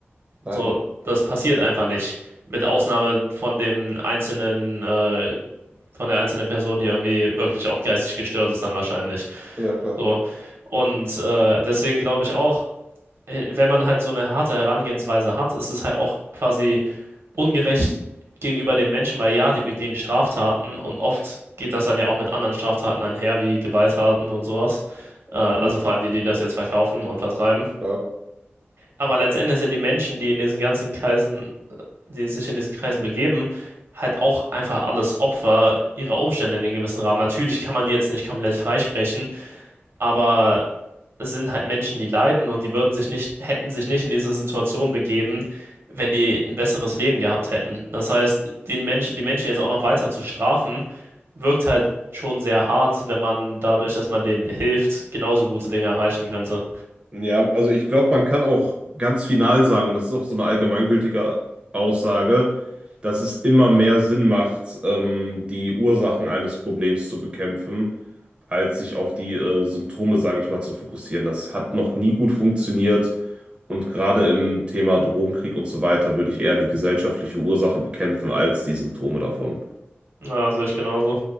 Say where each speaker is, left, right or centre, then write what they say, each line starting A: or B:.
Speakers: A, on the right; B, on the right.
A: Nein,
B: So, das passiert einfach nicht. Mit Ausnahme von dem einzelnen, äh, von der einzelnen Person, die irgendwie wirklich auch geistig gestört ist, dann wahrscheinlich.
A: Ja, klar.
B: So. Und äh, deswegen glaube ich auch, äh, wenn man halt so eine harte Herangehensweise hat, ist es halt auch quasi ungerecht gegenüber den Menschen, weil ja, die begehen Straftaten und oft geht das dann ja auch mit anderen Straftaten einher, wie Gewalttaten und sowas. Äh, also
A: Mhm,
B: vor allem die, die das jetzt verkaufen und vertreiben.
A: klar.
B: Aber letztendlich sind die Menschen, die in diesen ganzen Kreisen, die sich in diesen Kreisen begeben, halt auch einfach alles Opfer ihrer Umstände in einem gewissen Rahmen. Natürlich kann man die jetzt nicht komplett freisprechen, aber es sind halt Menschen, die leiden und die würden sich nicht, hätten sich nicht in diese Situation begeben, wenn die ein besseres Leben gehabt hätten. Das heißt, den Menschen, die Menschen jetzt auch noch weiter zu strafen, wirkt halt schon sehr hart, wenn man dadurch, dass man denen hilft, genauso gute Dinge erreichen könnte.
A: Ja, also ich glaube, man kann auch ganz final sagen, und das ist auch so eine allgemeingültige Aussage, dass es immer mehr Sinn macht, ähm, die Ursachen eines Problems zu bekämpfen, als sich auf die äh, Symptome, sage ich mal, zu fokussieren. Das hat noch nie gut funktioniert. Und gerade im Thema Drogenkrieg und so weiter würde ich eher die gesellschaftliche Ursache bekämpfen als die Symptome davon.
B: Ja, das sehe ich genauso.